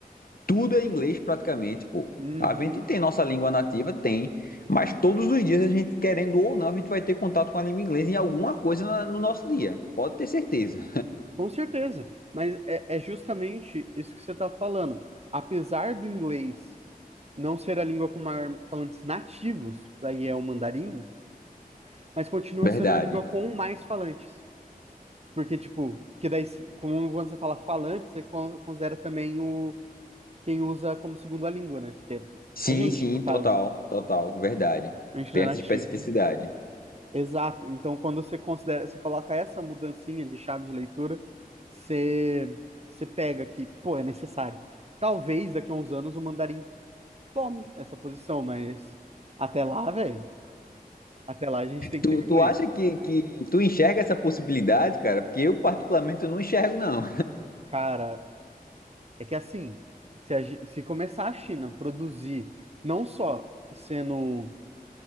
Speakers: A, on the left; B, on the right.
A: tudo é inglês praticamente, pô.
B: Uhum,
A: A gente tem nossa língua nativa, tem, mas todos os dias a gente, querendo ou não, a gente vai ter contato com a língua inglesa em alguma coisa na- no nosso dia. Pode ter certeza.
B: com certeza, mas é, é justamente isso que você está falando. Apesar do inglês não ser a língua com maior falantes nativos, daí é o mandarim, mas continua
A: Verdade.
B: sendo a língua com mais falantes. Porque, tipo, porque daí, se- como quando você fala falante, você con- considera também o quem usa como segunda língua, né? Que é
A: Sim,
B: a gente,
A: sim,
B: no caso.
A: total, total, verdade.
B: A gente
A: Tem
B: não é
A: essa
B: nativo,
A: especificidade.
B: Exato. Então, quando você considera, você coloca essa mudancinha de chave de leitura, você, você pega que, pô, é necessário. Talvez daqui a uns anos o mandarim tome essa posição, mas até lá, velho, até lá a gente tem que
A: Tu,
B: ter o inglês.
A: tu acha que, que tu enxerga essa possibilidade, cara? Porque eu, particularmente, eu não enxergo, não.
B: Cara, é que assim, se, a gen- se começar a China produzir, não só sendo